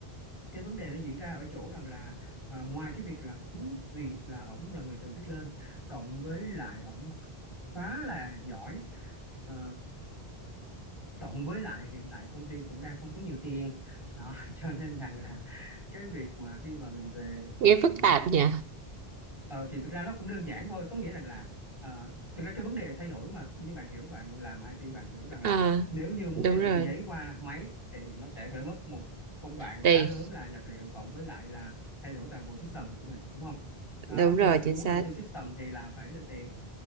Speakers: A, on the left; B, on the right.
A: cái vấn đề nó diễn ra ở chỗ rằng là ờ, ngoài cái việc là chính vì là ổng là người tự viết lên cộng với lại ổng khá là giỏi ờ, cộng với lại hiện tại công ty cũng đang không có nhiều tiền đó <laughs> cho nên rằng là cái việc mà khi mà mình về
B: nghe
A: và mình
B: phức tạp nhỉ.
A: Ờ, thì thực ra nó cũng đơn giản thôi, có nghĩa rằng là ờ, thực ra cái vấn đề thay đổi mà như bạn hiểu, bạn làm IT bạn hiểu rằng là
B: Ờ,
A: nếu như muốn
B: đúng
A: thay đổi
B: rồi.
A: từ giấy qua máy thì nó sẽ phải mất một công đoạn
B: Tiền.
A: khá lớn là nhập liệu cộng với lại là thay đổi toàn bộ system của mình đúng không? Đó,
B: Đúng
A: nhưng
B: rồi,
A: mà muốn
B: chính xác.
A: đầu tư system thì là phải lên tiền,